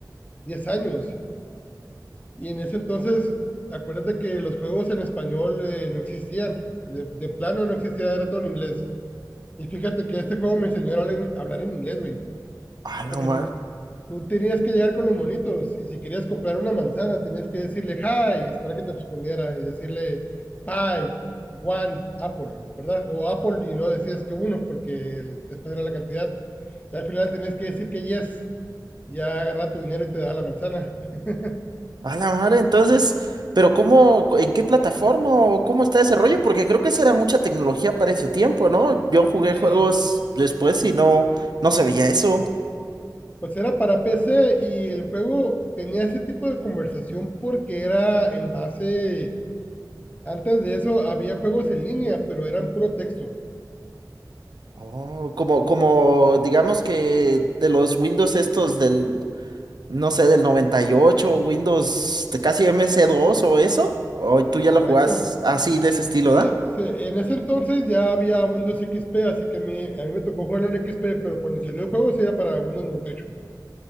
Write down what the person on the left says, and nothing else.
10 años. Y en ese entonces, acuérdate que los juegos en español eh, no existían. De, de plano no existía, era todo en inglés. Y fíjate que este juego me enseñó a hablar en, a hablar en inglés, güey.
Porque
tú, tú tenías que llegar con los monitos y si querías comprar una manzana tenías que decirle hi, esperar que te respondiera y decirle pie, one, apple, ¿verdad? O apple y luego decías que uno porque el- después era la cantidad. Y al final tenías que decir que yes, ya agarra tu dinero y te da la manzana. <laughs>
Eh,
pues era para PC y el juego tenía ese tipo de conversación porque era en base, antes de eso había juegos en línea, pero eran puro texto,
correcto.
eh,
se- en ese entonces ya había Windows XP, así que a mí, a mí me tocó jugarlo en XP, pero cuando salió el juego sí era para Windows 98,